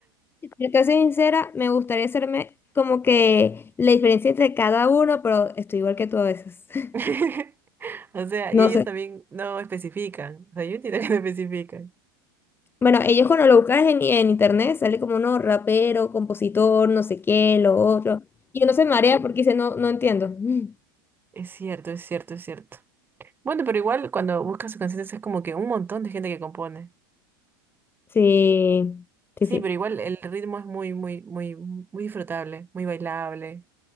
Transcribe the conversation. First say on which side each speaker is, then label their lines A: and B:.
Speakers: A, on the left (about 20°); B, on the right (about 15°).
A: Yo te soy sincera, me gustaría hacerme como que la diferencia entre cada uno, pero estoy igual que tú a veces. <laughs>
B: <laughs> O sea, y
A: No
B: ellos
A: sé.
B: también no especifican. O sea, yo entiendo que no especifican.
A: Bueno, ellos cuando lo buscas en, en internet sale como uno rapero, compositor, no sé qué, lo otro. Y uno se marea porque dice, no, no entiendo. <laughs>
B: Es cierto, es cierto, es cierto. Bueno, pero igual cuando buscas sus canciones es como que un montón de gente que compone.
A: Sí, sí,
B: Sí,
A: sí.
B: pero igual el ritmo es muy, muy, muy, muy disfrutable, muy bailable.